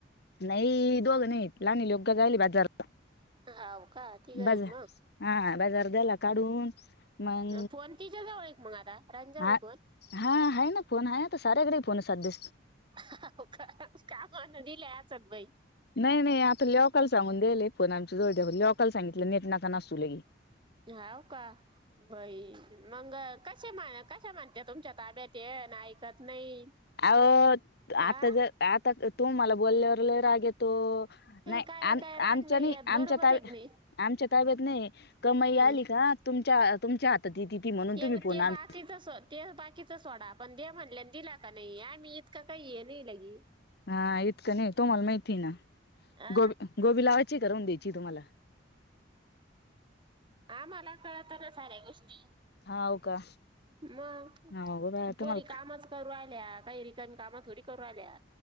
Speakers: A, on the left (about 60°); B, on the right (about 25°).
A: नाही ई दोघं नाही लाईनी लोक काय जायला बाजारात.
B: हाव का. तिघ आहेत
A: बजार हा आ बजार झाला. काढून मग
B: फोन तिच्या जवळ आहेत मग आता रांजवळ
A: हाव
B: आहे फोन
A: हा आहे ना फोन आहेता साऱ्याकडे फोन सदया.
B: हव का कामा न दिले असत बाई
A: नाही नाही आता लोकल सांगून देले फोन आहेआमची जवळ दिले लोकल सांगितलं नेट नका नासू लई.
B: हाव का बाई मंग अ कसे कश म्हणते तुमच्या ताब्यात ये ना ऐकत नाही.
A: अहो
B: आ
A: आता जर आता तू मला बोलल्यावर लय राग येतो. तो अ नाही
B: काय
A: आम
B: काय राग
A: आमच्यानी
B: नाही येत बरोबर
A: आमच्या त
B: आहे की नाही
A: आमच्या ताब्यात नाही कमाई
B: हं.
A: आली का तुमच्या तुमच्या हातात ये ती म्हणून
B: ते
A: तुम्ही फोन
B: ते बाकीचं
A: आणता.
B: सो ते बाकीच सोडा पण दे म्हणल्या दिला का नाही आम्ही इतकं काही हे नाही लगी.
A: हा इतकं नाही तुम्हाला माहिती आहे ना
B: आ
A: गोबी गोबी लावायची करून द्यायची तुम्हाला-
B: आम्हाला कळत ना साऱ्या गोष्टी-
A: हाव का?
B: मग
A: हाव गो बाया
B: पोरी
A: तुम्हाला
B: कामच- करू राहिल्या. काही रिकाम काम थोडी करू राहिल्या.